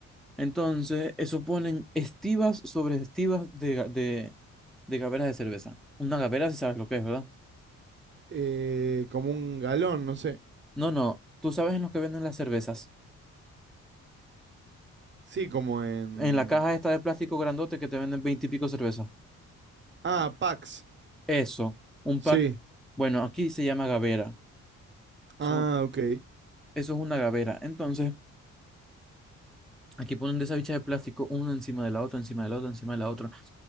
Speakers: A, in the centre; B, on the right (about 40°).
A: entonces, eso ponen estivas sobre estivas de, ga- de, de gaveras de cerveza. Una gavera, si sabes lo que es, ¿verdad?
B: Eh, como un galón, no sé.
A: No, no, tú sabes en los que venden las cervezas.
B: Sí, como en...
A: En la caja esta de plástico grandote que te venden 20 y pico cervezas.
B: Ah, Pax.
A: Eso, un
B: Sí.
A: pack. Bueno, aquí se llama gavera.
B: Ah,
A: Eso,
B: ok.
A: eso es una gavera. Entonces, aquí ponen de esa bicha de plástico una encima de la otra, encima de la otra, encima de la otra.